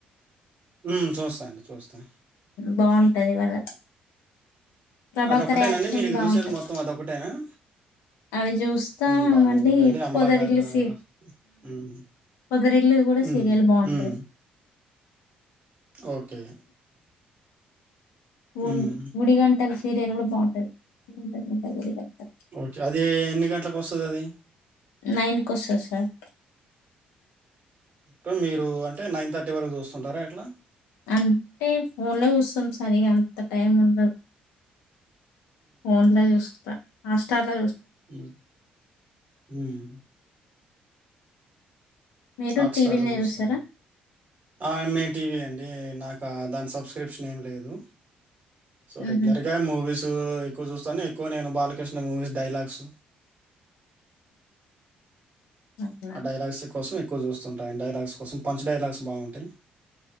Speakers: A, on the right (about 40°); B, on the left (about 65°).
A: మ్ చూస్తా అండి చూస్తా
B: బాగుంటది వాళ్ళ ప్రభాకర్
A: అదొకటేనండి
B: యాక్షన్
A: మీరు ఇక
B: బాగుంటది
A: చూసేది మొత్తం అదొకటేనా
B: అవి చూస్తా
A: హ్మ్. బానే
B: మళ్ళీ
A: ఉంటదండి. 'అమల'
B: పొదరిల్లు
A: గారు
B: సీ
A: హ్మ్.
B: పొదరిల్లు కూడా
A: హ్మ్.
B: సీరియల్ బాగుంటది
A: హ్మ్. ఓకే
B: ఉ
A: హ్మ్.
B: గుడిగంటలు సీరియల్ కూడా బాగుంటది గుండె నిండా గుడిగంటలు
A: ఓకే అది ఎన్ని గంటలకు వస్తది అది
B: నైన్ కోస్తాది సార్
A: మూహ్ మీరు అంటే నైన్ థర్టీ వరకు చూస్తుంటారా ఎట్లా
B: అంటే ఫోన్ లో చూస్తం సరిగా అంత టైం ఉండద్ ఫోన్లా చూస్తా అష్టటాల
A: హ
B: మీరు
A: హాట్
B: టీవీలనే
A: స్టార్ లో చూస్తారు
B: చూస్తారా?
A: ఆే టీవీ అండి అంటే నాకు దాని సబ్స్క్రిప్షన్ ఏం లేదు సో
B: హుహు.
A: రెగ్యులర్ గా మూవీస్ ఎక్కు ఎక్కువ చూస్తానే ఎక్కువ నేను బాలకృష్ణ మూవీస్ డైలాగ్స్
B: అవునా!
A: ఆ డైలాగ్స్ కోసం ఎక్కువ చూస్తుంటా డైలాగ్స్ కోసం పంచ్ డైలాగ్స్ బాగుంటాయి